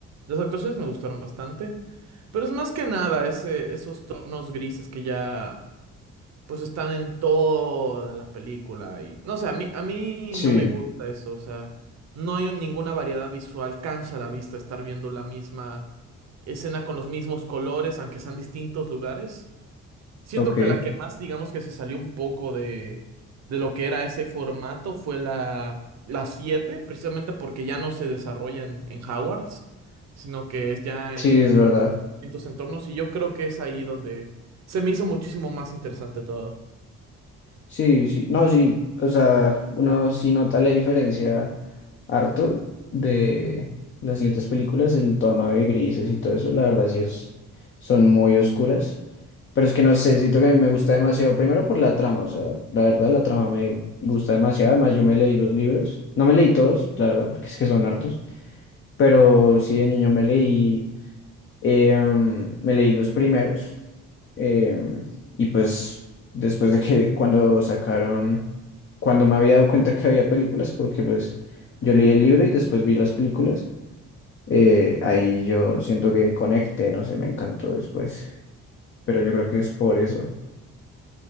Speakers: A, on the right (about 60°); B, on the left (about 40°).
A: las actuaciones me gustaron bastante. Pero es más que nada ese, esos tonos grises que ya pues están en toda la película y no sé, a mí a mí
B: sí,
A: no me gusta eso, o sea, no hay un- ninguna variedad visual, cansa la vista estar viendo la misma escena con los mismos colores, aunque sean distintos lugares. Siento
B: ok,
A: que la que más, digamos que se salió un poco de, de lo que era ese formato fue la la siete precisamente porque ya no se desarrolla en, en Hogwarts, sino que es ya
B: sí,
A: en
B: es verdad.
A: distintos entornos y yo creo que es ahí donde se me hizo muchísimo más interesante todo.
B: Sí, sí, no, sí, o sea, uno sí nota la diferencia harto de las siguientes películas, el tono de grises y todo eso, la verdad sí es, son muy oscuras, pero es que no sé, siento que a mí me gusta demasiado, primero por la trama, o sea, la verdad la trama me gusta demasiado, además yo me leí los libros, no me leí todos, la verdad, porque es que son hartos, pero sí de niño me leí Em, me leí los primeros em, y pues después de que cuando sacaron, cuando me había dado cuenta que había películas, porque pues yo leí el libro y después vi las películas, eh, ahí yo siento que conecté, no sé, me encantó después, pero yo creo que es por eso,